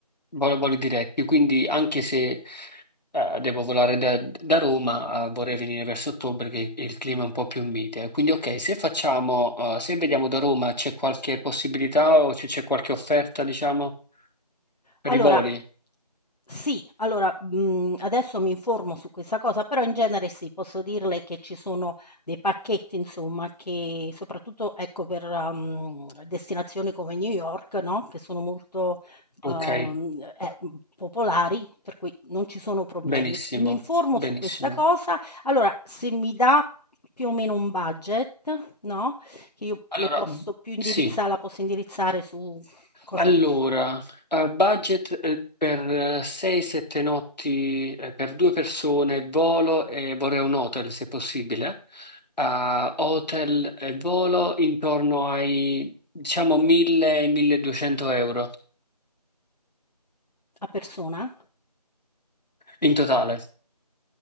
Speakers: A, on the left; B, on the left.
A: vol- voli diretti, quindi anche se Eh, devo volare da, da Roma, eh, vorrei venire verso ottobre che il clima è un po' più mite. Quindi, ok, se facciamo, eh, se vediamo da Roma, c'è qualche possibilità o c'è c'è qualche offerta, diciamo, per
B: Allora
A: i voli?
B: sì, allora, mhmm, adesso mi informo su questa cosa, però in genere sì, posso dirle che ci sono dei pacchetti insomma che soprattutto ecco per, mhmm, destinazioni come New York, no, che sono molto, uhm,
A: Ok,
B: eh, mhmm, popolari, per cui non ci sono problemi.
A: benissimo,
B: Mi informo
A: benissimo.
B: su questa cosa, allora se mi dà più o meno un budget, no, che io
A: Allora,
B: le posso più indirizza
A: sì.
B: la posso indirizzare su Cosa
A: Allora,
B: può fare?
A: a budget eh, per 6-7 notti eh, per due persone, volo e vorrei un hotel se possibile. A hotel e volo intorno ai diciamo 1000-1200 euro
B: A persona?
A: in totale.